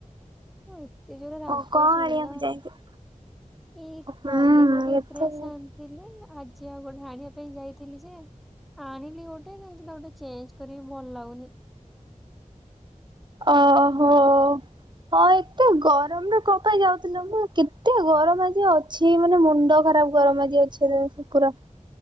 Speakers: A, in the centre; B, on the right.
A: ଉଁ ଏତେ ଜୋର ରାଗ
B: ଓ କଣ
A: ଚିଡ଼ିଲା।
B: ଆଣିବାକୁ ଯାଇଥିଲ
A: ଏଇ
B: ହୁଁ
A: କାଲି ଗୋଟେ
B: ଏତ
A: ଡ୍ରେସ ଆଣିଥିଲି ଆଜି ଆଉ ଗୋଟେ ଆଣିବା ପାଇଁ ଯାଇଥିଲି ଯେ ଆଣିଲି ଗୋଟେ କିନ୍ତୁ ତାକୁ ଟିକେ ଚେଞ୍ଜ କରିବି ଭଲ ଲାଗୁନି।
B: ଓହୋ। ହଁ ଏତେ ଗରମରେ କଁ ପାଇଁ ଯାଉଥିଲ ମ କେତେ ଗରମ ଆଜି। ଛି ମାନେ ମୁଣ୍ଡ ଖରାପ ଗରମ ଆଜି ରା ଅଛି ପୁରା।